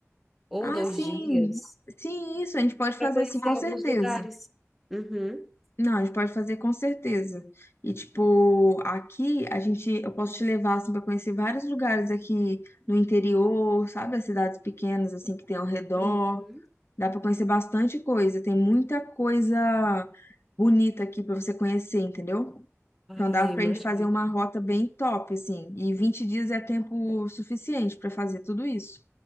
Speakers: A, in the centre; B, on the left.
A: ou
B: ah,
A: dois
B: sim,
A: dias,
B: sim, isso, a gente pode
A: para
B: fazer
A: conhecer
B: sim, com certeza.
A: alguns lugares. Uhum,
B: Não, a gente pode fazer com certeza. E, tipo, aqui a gente, eu posso te levar, assim, pra conhecer vários lugares aqui no interior, sabe? As cidades pequenas, assim, que tem ao redor.
A: uhum.
B: Dá pra conhecer bastante coisa, tem muita coisa bonita aqui pra você conhecer, entendeu?
A: Ai,
B: Então dava
A: imagina.
B: pra gente fazer uma rota bem top, assim. E 20 dias é tempo suficiente pra fazer tudo isso.